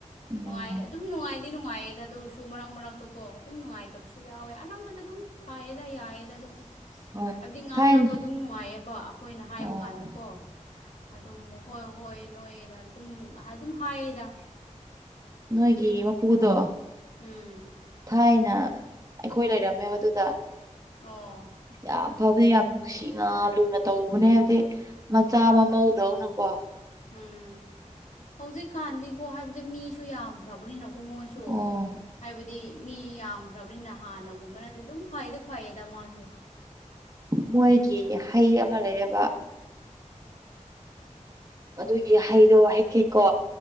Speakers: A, on the right; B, on the left.
A: ꯎꯝ
B: ꯅꯨꯡꯉꯥꯏ ꯑꯗꯨꯝ ꯅꯨꯡꯉꯥꯏ ꯗꯤ ꯅꯨꯡꯉꯥꯏꯌꯦꯗ ꯑꯗꯨ ꯑꯣꯏꯔꯁꯨ ꯃꯔꯛ ꯃꯔꯛꯇꯀꯣ ꯑꯗꯨꯝ ꯅꯨꯡꯉꯥꯏꯇꯕꯁꯨ ꯌꯥꯎꯋꯦ ꯑꯅꯝꯕꯗ ꯑꯗꯨꯝ ꯐꯌꯦꯗ ꯌꯥꯏꯌꯦꯗ ꯑꯗꯨꯝ
A: ꯍꯣꯏ
B: ꯍꯥꯏꯕꯗꯤ ꯉꯥꯡꯅꯕ
A: ꯊꯥꯏꯅ
B: ꯑꯗꯨꯝ ꯅꯨꯡꯉꯥꯏꯌꯦꯕ ꯑꯈꯣꯏꯅ ꯍꯥꯏꯕ
A: ꯑꯣ
B: ꯀꯥꯟꯗꯀꯣ ꯑꯗꯨꯝ ꯍꯣꯏ ꯍꯣꯏ ꯅꯣꯏꯅ ꯑꯗꯨꯝ ꯍꯥ ꯑꯗꯨꯝ ꯍꯥꯏꯌꯦꯗ
A: ꯅꯣꯏꯒꯤ ꯃꯄꯨꯗꯣ
B: ꯎꯝ
A: ꯊꯥꯏꯅ ꯑꯩꯈꯣꯏ ꯂꯩꯔꯝꯃꯦꯕ ꯑꯗꯨꯗ
B: ꯑꯣ
A: ꯌꯥꯝ ꯐꯕꯅꯤ ꯌꯥꯝ ꯅꯨꯡꯁꯤꯅ ꯂꯨꯅ ꯇꯧꯕꯅꯦ ꯍꯥꯏꯕꯗꯤ ꯃꯆꯥ ꯃꯃꯧ ꯗꯧꯅꯀꯣ
B: ꯎꯝ ꯍꯧꯖꯤꯛꯀꯥꯟꯗꯤꯀꯣ ꯍꯥꯏꯕ ꯗꯤ ꯃꯤꯁꯨ ꯌꯥꯝꯈ꯭ꯔꯕꯅꯤꯅꯀꯣ ꯃꯣꯏꯁꯨ
A: ꯑꯣ
B: ꯍꯥꯏꯕꯗꯤ ꯃꯤ ꯌꯥꯝꯈ꯭ꯔꯕꯅꯤꯅ ꯍꯥꯟꯅꯒꯨꯝꯕ ꯅꯠꯇꯦ ꯑꯗꯨꯝ ꯐꯩꯗꯤ ꯐꯩꯌꯦꯗ ꯃꯥꯁꯦ
A: ꯃꯣꯏꯒꯤ ꯍꯩ ꯑꯃ ꯂꯩꯌꯦꯕ ꯑꯗꯨꯒꯤ ꯍꯩꯗꯣ ꯍꯦꯛꯀꯦꯀꯣ